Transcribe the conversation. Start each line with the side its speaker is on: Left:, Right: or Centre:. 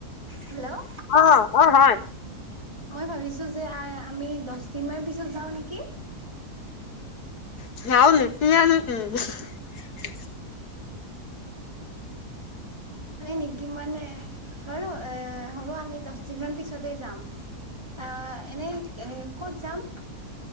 Right: হেল্ল'
Left: অ অ হয়।
Right: মই ভাবিছো যে, আই আমি দহ দিন মান পিছত যাও নেকি?
Left: চাউল নিতিয়াও নেকি? <unintelligible>
Right: হয় নেকি মানে? বাৰু এ হ'ব আমি দহ দিন মান পিছতে যাম। আহ এনেই ক'ত যাম?